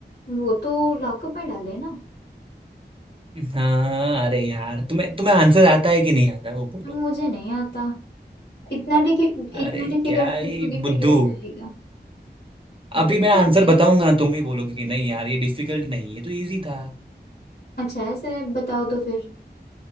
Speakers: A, on the left; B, on the right.
A: वो तो लॉकअप में डाले ना
B: हाँ अरे यार तुम्हें तुम्हें आंसर आता है कि नहीं आता वो बोलो
A: मुझे नहीं आता इतना डिफि
B: अरे
A: इतना डिफिकल्ट
B: क्या ही
A: पूछोगी फिर
B: बुद्धू
A: कैसे आएगा बिल्कुल
B: अभी मैं आंसर
A: नहीं।
B: बताऊंगा ना तुम ही बोलोगे कि नहीं यार ये डिफिकल्ट नहीं ये तो इजी था
A: अच्छा ऐसा है बताओ तो फिर